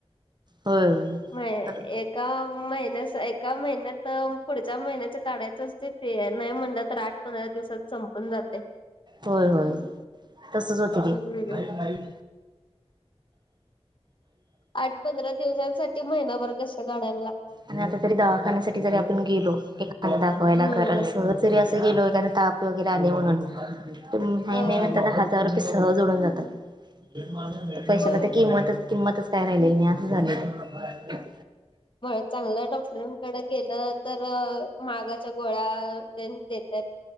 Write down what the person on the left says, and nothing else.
म एक एका महिन्या एका महिन्यात पुढच्या महिन्याच काढायचं असते ते नाही म्हणलं तर आठ पंधरा दिवसात संपून जातय
हम्म
आठ पंधरा दिवसांसाठी महिनाभर कष्ट काढाय
हम्म
अ
होय
मग चांगल्या डॉक्टरांकडे गेलं तर महागाच्या गोळ्या तेन देत त्यात